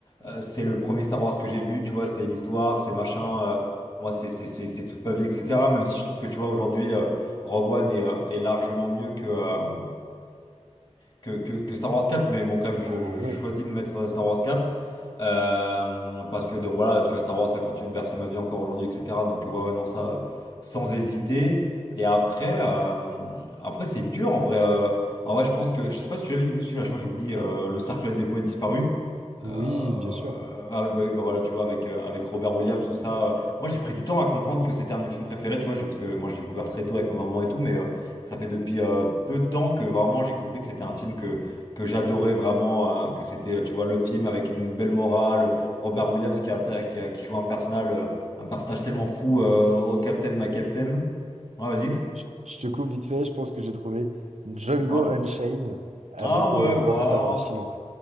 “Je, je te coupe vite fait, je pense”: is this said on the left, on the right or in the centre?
Right